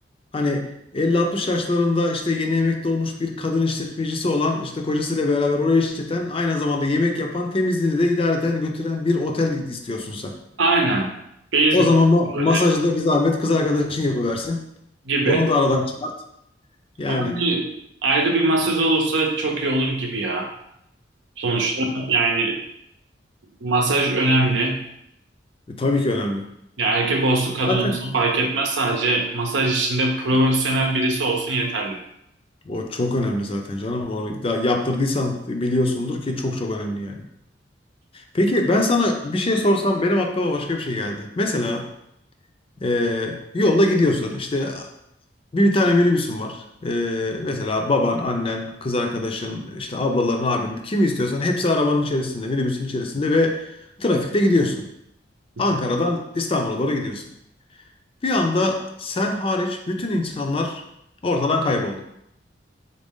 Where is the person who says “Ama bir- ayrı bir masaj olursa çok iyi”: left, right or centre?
Right